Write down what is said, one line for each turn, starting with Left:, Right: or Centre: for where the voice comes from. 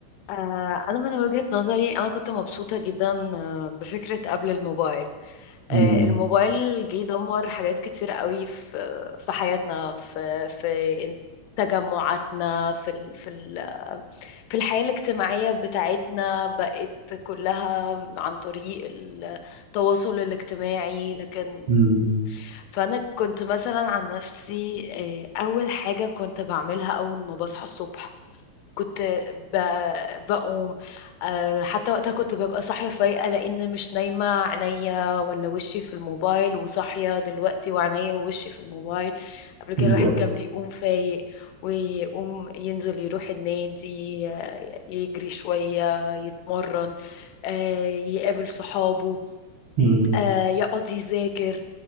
Left: آه، أنا من وجهة نظري أنا كنت مبسوطة جدا آه، بفكرة قبل الموبايل
Right: مم،
Left: آه، الموبايل جه دمر حاجات كتير قوي في في حياتنا في في تجمعاتنا في ال في ال في الحياة الاجتماعية بتاعتنا بقت كلها عن طريق التواصل الاجتماعي لكن
Right: مم،
Left: فأنا كنت مثلا عن نفسي آه، أول حاجة كنت بعملها أول ما بصحى الصبح كنت ب... بقوم آه، حتى وقتها كنت ببقى صاحية فايقة لأن مش نايمة عينيا ولا وشي في الموبايل وصاحية دلوقتي وعينيا ووشي في الموبايل قبل كده
Right: أيوه
Left: الواحد كان بيقوم فايق ويقوم ينزل يروح النادي آه، يجري شوية يتمرن آه، يقابل صحابه
Right: مم.
Left: آه، يقعد يذاكر